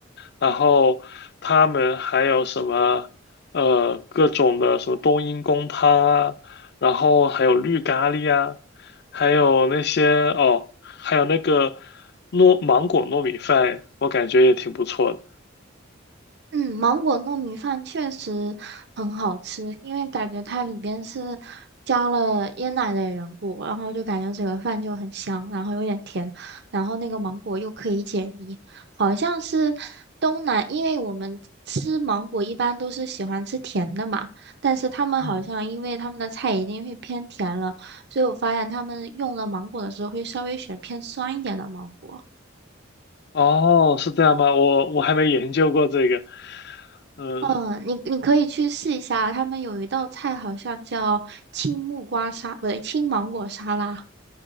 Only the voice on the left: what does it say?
然后他们还有什么呃各种的什么冬阴功汤啊，然后还有绿咖喱啊，还有那些哦，还有那个糯芒果糯米饭，我感觉也挺不错的。
嗯。
哦，是这样吗？我我还没研究过这个。嗯，